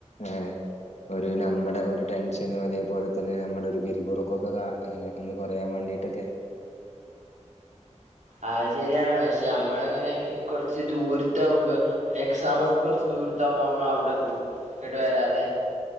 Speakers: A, on the left (about 65°); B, on the right (about 85°).
A: ഏഹ് ഒരു നമ്മുടെ ഒരു ടെൻഷനും അതേപോലെ തന്നെ നമ്മുടെ ഒരു വിരിമുറുക്കൊക്കെ കാ അങ്ങനെയൊക്കെ ഒന്ന് കൊറയാൻ വേണ്ടിട്ടൊക്കെ
B: ആ ശരിയാണ് പക്ഷെ നമ്മളിങ്ങനെ കൊറച്ച് ദൂരത്താകുമ്പോ എക്സാമൊക്കെ കുറച്ച് ദൂരത്താകുമ്പോ നമ്മള് അവിടെ പോകും ഇങ്ങട്ട് വരാതെ